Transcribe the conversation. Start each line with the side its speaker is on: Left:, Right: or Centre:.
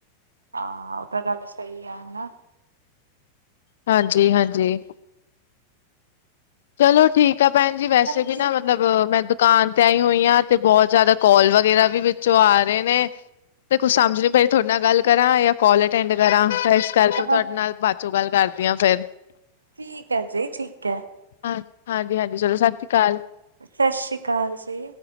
Right: ਹਾਂ ਉਹ ਤਾਂ ਗੱਲ ਸਹੀ ਆ ਹੈਨਾ।
Left: ਹਾਂਜੀ ਹਾਂਜੀ। ਚਲੋ ਠੀਕ ਹੈ ਭੈਨ ਜੀ ਵੈਸੇ
Right: ਹਾਂਜੀ
Left: ਵੀ ਨਾ ਮਤਲਬ। ਮ ਮੈਂ ਦੁਕਾਨ ਤੇ ਆਈ ਹੋਈ ਹਾਂ ਤੇ ਬਹੁਤ ਜਿਆਦਾ ਕਾਲ ਵਗੈਰਾ ਵੀ ਵਿੱਚੋਂ ਆ ਰਹੇ ਨੇ। ਤੇ ਕੁਛ ਸਮਝ ਵੀ ਪਏ ਤੁਹਾਡੇ ਨਾਲ ਗੱਲ ਕਰਾਂ ਜਾਂ ਕਾਲ ਅਟੈਂਡ ਕਰਾਂ। ਕੱਲ ਤੋਂ ਤੁਹਾਡੇ
Right: ਹਾਂ
Left: ਨਾਲ ਬਾਅਦ ਚੋਂ ਗੱਲ ਕਰਦੀ ਹਾਂ ਫੇਰ।
Right: ਠੀਕ ਹੈ ਜੀ ਠੀਕ। ਹੈ।
Left: ਹਾਂ ਹਾਂਜੀ ਹਾਂਜੀ ਚਲੋ ਸਤ ਸ਼੍ਰੀ ਅਕਾਲ।
Right: ਸਤਿ ਸ੍ਰੀ ਅਕਾਲ ਜੀ।